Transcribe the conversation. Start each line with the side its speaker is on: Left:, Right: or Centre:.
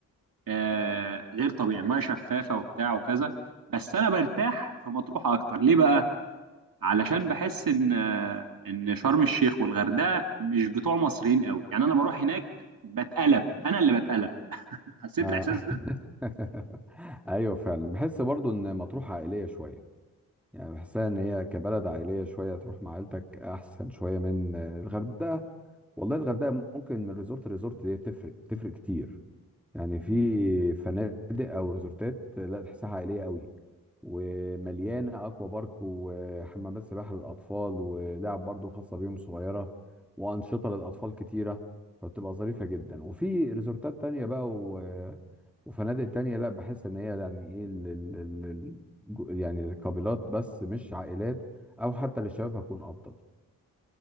Right: آه غير طبيعي ميه شفافه وبتاع وكذا بس انا برتاح في مطروح اكتر ليه بقى علشان بحس ان آه، ان شرم الشيخ والغردقه مش بتوع مصريين قوي يعني انا بروح هناك بتقلب انا اللي بتقلب حسيت
Centre: اه
Right: الاحساس ده
Centre: <laughs> ايوه فعلا بحس برضو ان مطروح عائلية شوية يعني بحسها ان هي كبلد عائلية شوية تروح مع عيلتك احسن شوية من آه، الغردقة والله الغردقة ممكن من ريزورت لريزورت دي تفرق تفرق كتير يعني في فنادق او ريزورتات لا تحسها عائليه قوي ومليانه اكوا بارك وحمامات سباحه للاطفال ولعب برضو خاصه بيهم صغيره وانشطه للاطفال كتيره فبتبقى ظريفه جدا وفي ريزورتات تانية بقى و... وفنادق تانية لا بحس ان هي يعني ايه ال... ال... ال... ال- جو- يعني الكابلات بس مش عائلات او حتى للشباب هتكون افضل